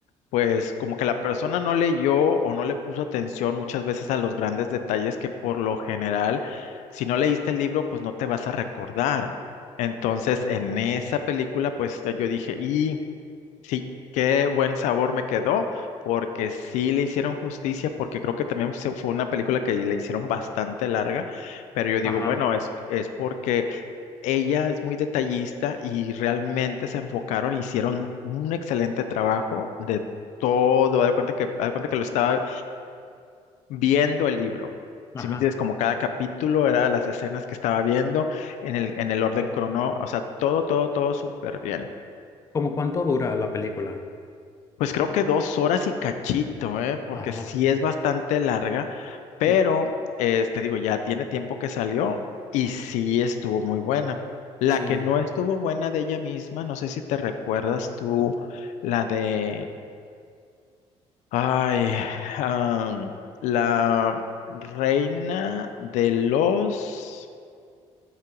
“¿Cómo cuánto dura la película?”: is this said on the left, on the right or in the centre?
Left